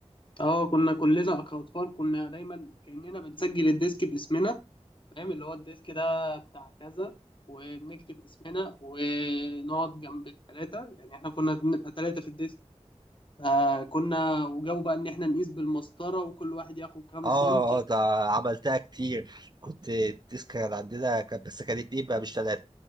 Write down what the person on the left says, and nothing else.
اه كنا كلنا كأطفال كنا دايما كأننا بنسجل الديسك باسمنا فاهم اللي هو الديسك ده بتاع كذا وبنكتب اسمنا ونقعد جنب الثلاثة يعني احنا كنا بنبقى ثلاثة في الديسك فكنا وجاوا بقى ان احنا نقيس بالمسطرة وكل واحد ياخد كام
سنتي